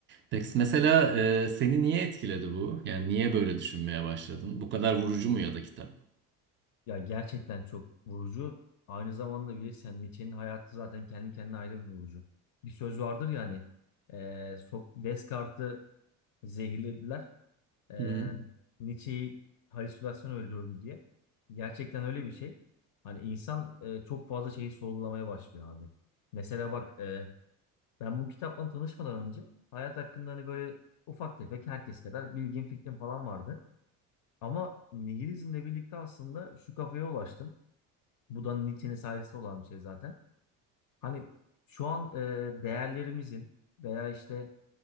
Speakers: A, on the right; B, on the left.
A: Peki mesela eee, seni niye etkiledi bu? Yani niye böyle düşünmeye başladın? Bu kadar vurucu mu ya da kitap?
B: Ya gerçekten çok vurucu. Aynı zamanda bilirsen Nietzsche'nin hayatı zaten kendi kendine ayrı bir vurucu. Bir söz vardır yani. E, Sok- Descartes'i zehirlediler. e,
A: Hı hı.
B: Nietzsche'yi halüsinasyon öldürdü diye. Gerçekten öyle bir şey. Hani insan e, çok fazla şeyi sorgulamaya başlıyor abi. Mesela bak e, ben bu kitapla tanışmadan önce hayat hakkında hani böyle ufak tefek herkes kadar bilgim fikrim falan vardı. Ama nihilizmle birlikte aslında şu kafaya ulaştım. Bu da Nietzsche'nin sayesinde olan bir şey zaten. Hani şu an e, değerlerimizin veya işte